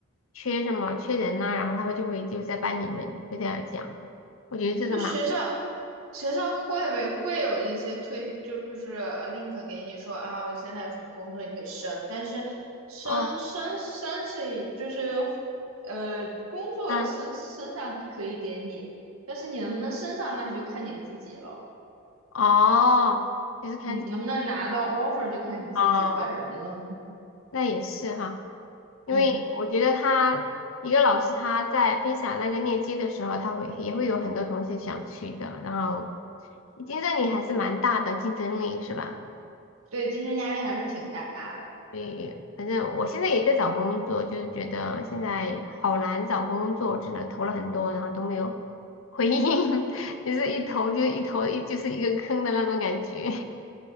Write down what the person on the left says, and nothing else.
缺什么缺人呐、然后他们就会就在班里面会这样讲。我觉得这个嘛，
哦，
嗯，
哦，就是看这
哦，那也是哈。因为我觉得他一个老师他在分享那个链接的时候，
他会也会有很多同学想去的，然后竞争力还是蛮大的，竞争力是吧？
对，反正我现在也在找工作，就是觉得现在好难找工作，真的投了很多，然后都没有回应，<laughs> 就是一投就一投一就是一个坑的那种感觉。